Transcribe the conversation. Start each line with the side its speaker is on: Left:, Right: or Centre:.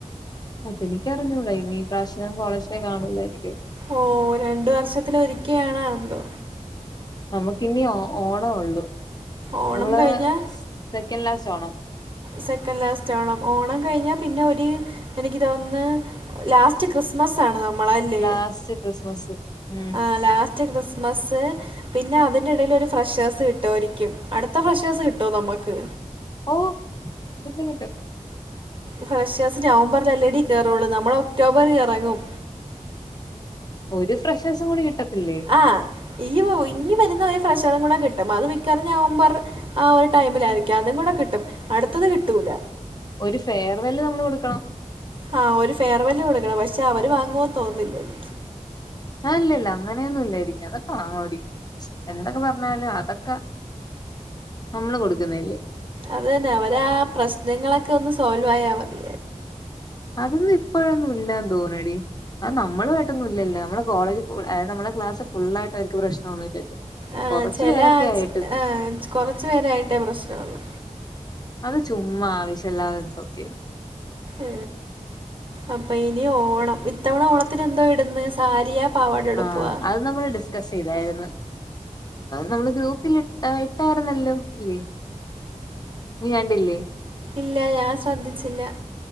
Left: അതെനിക്ക് അറിഞ്ഞൂടാ ഇനി ഈ പ്രാവശ്യം കോളേജ് ഡേ കാണൂല്ലായിരിക്കും
Right: ഓഹ് രണ്ട് വർഷത്തിലൊരിക്കെ ആണോ എന്തോ
Left: നമുക്കിന്നി ഒ ഓണെ ഒള്ളു
Right: ഓണം
Left: നമ്മള്
Right: കഴിഞ്ഞാൽ
Left: സ് second last Onam
Right: second last Onam Onam കഴിഞ്ഞാ പിന്നെ ഒര് എനിക്ക് തോന്ന്ന്ന് ലാസ്റ്റ് ക്രിസ്മസ് ആണ് നമ്മളല്ലേ
Left: ലാസ്റ്റ് ക്രിസ്മസ് ഉം
Right: ആ ലാസ്റ്റ് കൃസ്മസ് പിന്നെ അതിന്റെ ഇടയിൽ ഒരു ഫ്രഷേഴ്സ് കിട്ടോ ആരിക്കും അടുത്ത ഫ്രഷേഴ്സ് കിട്ടോ നമുക്ക്
Left: ഓ കിട്ടും കിട്ടും
Right: ഫ്രഷേഴസ് നവംബറിൽ എല്ലടി കയറുള്ളൂ നമ്മൾ ഒക്ടോബറി ഇറങ്ങും
Left: ഒരു ഫ്രഷാസം കൂടി കിട്ടത്തില്ലേ
Right: ആ് ഈ ഇനി വരുന്ന ഒരു ഫ്രഷറം കൂടെ കിട്ടും അത് മിക്കവറും നവംബർ ആ ഒരു ടൈമിലായിരിക്കും അതും കൂടെ കിട്ടും അടുത്തത് കിട്ടൂല.
Left: ഒരു ഫെയർവെല് നമ്മൾ കൊടുക്കണം
Right: ആ ഒരു ഫെയർവെല് കൊടുക്കണം പക്ഷേ അവർ വാങ്ങുമോെന്ന് തോന്നുന്നില്ല
Left: ആ ഇല്ല ഇല്ല അങ്ങനെയൊന്നും ഇല്ലായിരിക്കും അതൊക്കെ വാങ്ങുഎടീ എന്തൊക്കെ പറഞ്ഞാലും അതൊക്കെ നമ്മള് കൊടുക്കുന്നല്ലേ
Right: അത് തന്നെ അവരാ ആ പ്രശ്നങ്ങളൊക്കെ ഒന്ന് സോൾവ് ആയാാൽ മതി.
Left: അതൊന്നും ഇപ്പോഴൊന്നും ഇല്ലന്ന് തോന്നടി ആ നമ്മളുമായിട്ടൊന്നും ഇല്ലല്ലോ നമ്മള കോളജ് അത് നമ്മെളെ ക്ലാസ് ഫുള്ള ആയിട്ട് അവർക്ക് പ്രശ്നമൊന്നുമില്ലല്ലോ
Right: ആ
Left: കുറച്ചു
Right: ചില
Left: പേരൊക്കെ ആയിട്ട്
Right: അ കൊറച് പേരായിട്ടേ പ്രശ്നംള്ളു
Left: അത് ചുമ്മ ആവശ്യംമല്ലാതെ എന്തൊക്കെൻ
Right: ആ അപ്പൊ ഇനി ഓണം ഇത്തവണ ഓണത്തിന് എന്തോ ഇടന്ന് സാരിയാ പാവാട എടുപ്പുവാ
Left: ആ അത് നമ്മൾ ഡിസ്കസ് ചെയ്തായിരുന്നു. നമ്മള് ഗ്രൂപ്പിൽ ഇട്ട ല്ലോ ഇല്ലേ നീ കണ്ടില്ലേ
Right: ഇല്ല ഞാൻ ശ്രദ്ധിച്ചില്ല